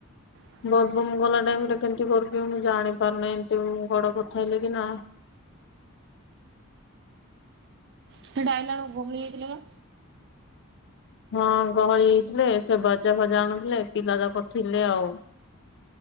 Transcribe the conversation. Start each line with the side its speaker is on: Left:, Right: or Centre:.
Right: ହୁଁ
Left: ବଦବମ ଗଲା ଟାଇମରେ କେମିତି କରିବି ମୁଁ ଜାଣି ପାରୁନହିଁ ଏମିତି ଗଡ କଥା ହେଲେ କି ନା?
Right: ସେ ଡାଇଲ ଭୁଲି ଯାଇଥିଲେ ନା?
Left: ହଁ ଗହଳି ହେଇଥିଲେ ସେ ବାଜା ଫାଜା ଆଣୁଥିଲେ ପିଲାତକ ଥିଲେ ଆଉ